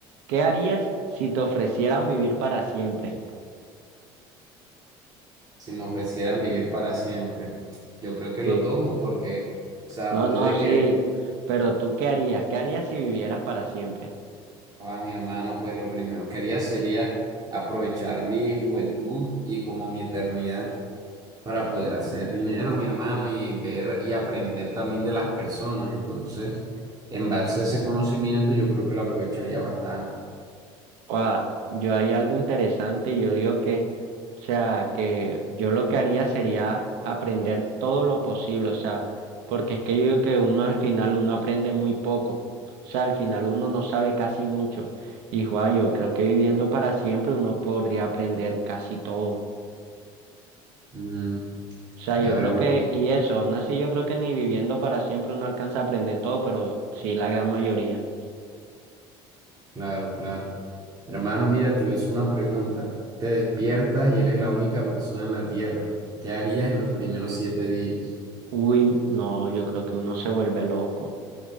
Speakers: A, on the right (about 80°); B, on the right (about 35°).
A: ¿Qué harías si te ofrecieran vivir para siempre?
B: si me ofrecieran vivir para siempre, yo creo que
A: Sí,
B: lo tomo porque, o sea,
A: no,
B: puede
A: no, sí,
B: que,
A: pero tú ¿qué harías? ¿Qué harías si vivieras para siempre?
B: a mi hermano, pues lo primero que haría sería aprovechar mi juventud y como mi eternidad. para poder hacer dinero, mi hermano, y ver y aprender también de las personas. Entonces, en base a ese conocimiento, yo creo que lo aprovecharía bastante.
A: Oa, yo hay algo interesante y yo digo que, o sea, que yo lo que haría sería aprender todo lo posible, o sea, porque es que yo digo que uno al final uno aprende muy poco, o sea, al final uno no sabe casi mucho. Y joa, yo creo que viviendo para siempre uno podría aprender casi todo.
B: Ujú,
A: O sea,
B: ya
A: yo
B: veo,
A: creo que, y eso, aún así yo creo que ni viviendo para siempre uno alcanza a aprender todo, pero sí la gran mayoría.
B: claro, claro. Hermano, mira, te voy a hacer una pregunta. Te despiertas y eres la única persona en la Tierra. ¿Qué harías en los primeros siete días?
A: Uy, no, yo creo que uno se vuelve loco.